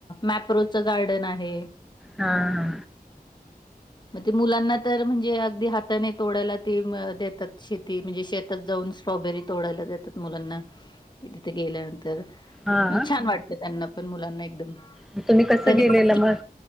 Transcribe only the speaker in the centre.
हा हा
हा हा
तुम्ही कसं
गेलेलं
मग?